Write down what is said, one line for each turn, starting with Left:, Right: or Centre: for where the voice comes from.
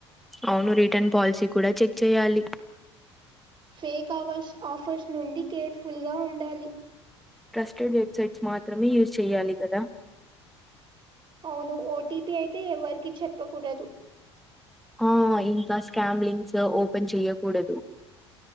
Centre: అవును రిటర్న్ పాలసీ కూడా చెక్ చేయాలి
Right: ఫేక్ అవర్స్ ఆఫర్స్ నుండి కేర్ఫుల్గా ఉండాలి
Centre: ట్రస్టెడ్ వెబ్సైట్స్ మాత్రమే యూజ్ చేయ్యాలి కదా
Right: అవును ఓటీపీ అయితే ఎవరికిీ చెప్పకూడదు
Centre: ఆ ఇంకా స్కామ్ లింస్ ఓపెన్ చెయ్యకూడదు